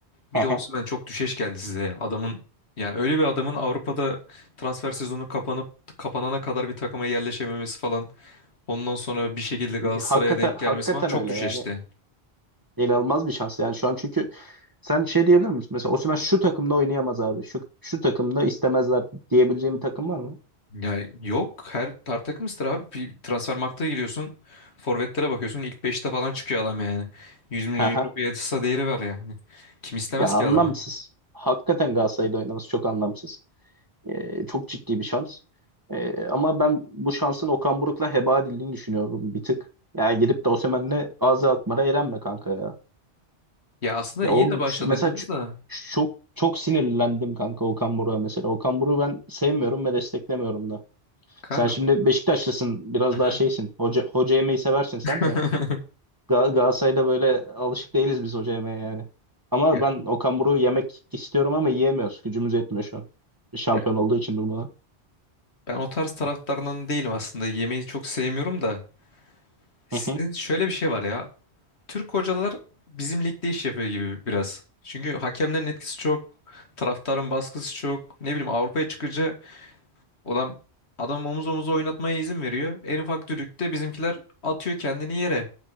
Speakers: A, on the left; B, on the right.
A: Bir
B: Aha.
A: de Osimhen çok düşeş geldi size ya. Adamın yani öyle bir adamın Avrupa'da transfer sezonu kapanıp kapanana kadar bir takıma yerleşememesi falan. Ondan sonra bir şekilde Galatasaray'a
B: Hakikaten,
A: denk
B: hakikaten
A: gelmesi falan çok
B: öyle
A: düşeşti.
B: yani. İnanılmaz bir şans yani şu an çünkü sen şey diyebilir misin? Mesela Osimhen şu takımda oynayamaz abi. Şu şu takımda istemezler diyebileceğim bir takım var mı?
A: Ya yok her tar takımızdır abi. Bir transfer giriyorsun. Forvetlere bakıyorsun. ilk beşte falan çıkıyor adam yani. 100 milyon
B: Haha.
A: euro piyasa değeri var yani. Kim istemez
B: Ya anlamsız.
A: ki adamı?
B: Hakikaten Galatasaray'da oynaması çok anlamsız. Ee, çok ciddi bir şans. Ee, ama ben bu şansın Okan Buruk'la heba edildiğini düşünüyorum bir tık. Ya gidip de Osimhen'le ağzı atmara eğlenme kanka ya.
A: Ya aslında
B: Ya
A: iyi
B: o
A: de başladınız
B: ç- mesela ç-
A: da.
B: çok çok sinirlendim kanka Okan Buruk'a mesela. Okan Buruk'u ben sevmiyorum ve desteklemiyorum da.
A: Kanka.
B: Sen şimdi Beşiktaşlısın, biraz
A: Hı hı.
B: daha şeysin. Hoca, hoca yemeyi seversin sen
A: <laughs>
B: de. Ga- Galatasaray'da böyle alışık değiliz biz hoca yemeye yani. Ama
A: Ya,
B: ben Okan Buruk'u yemek istiyorum ama yiyemiyoruz. Gücümüz yetmiyor şu an. Şampiyon
A: ya
B: olduğu için durmadan.
A: ben o tarz taraftarından değilim aslında. Yemeği çok sevmiyorum da. Sizin
B: Hı hı.
A: şöyle bir şey var ya. Türk hocalar bizim ligde iş yapıyor gibi biraz. Çünkü hakemlerin etkisi çok, taraftarın baskısı çok. Ne bileyim Avrupa'ya çıkınca adam adam omuz omuza oynatmaya izin veriyor. En ufak düdükte bizimkiler atıyor kendini yere.